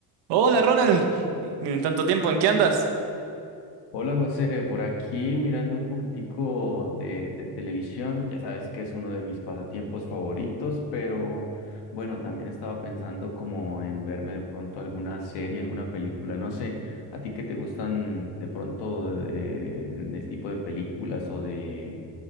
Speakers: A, on the right; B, on the left.
A: Hola Ronald, en tanto tiempo, ¿en qué andas?
B: Hola José, por aquí mirando un poquitico de, de televisión, ya sabes que es uno de mis pasatiempos favoritos, pero bueno, también estaba pensando como en verme de pronto alguna serie, alguna película, no sé, a ti que te gustan de pronto eh, en el tipo de películas o de,